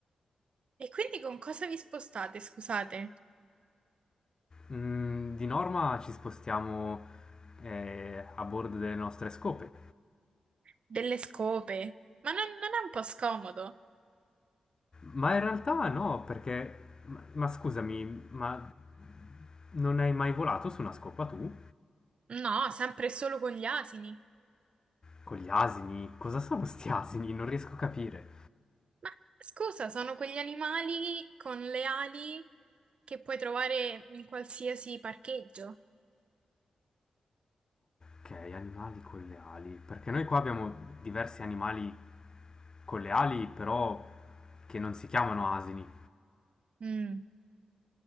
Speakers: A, on the right; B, on the left.
A: E quindi con cosa vi spostate, scusate?
B: Mm, di norma ci spostiamo eh, a bordo delle nostre scope,
A: Delle scope? Ma non non è un po' scomodo?
B: ma in realtà no, perché... Ma, ma scusami, ma non hai mai volato su una scopa tu?
A: No, sempre e solo con gli asini.
B: Con gli asini? Cosa sono sti asini? Non riesco a capire.
A: Ma scusa, sono quegli animali con le ali che puoi trovare in qualsiasi parcheggio.
B: Okay, animali con le ali. Perché noi qua abbiamo diversi animali con le ali, però che non si chiamano asini,
A: Mm.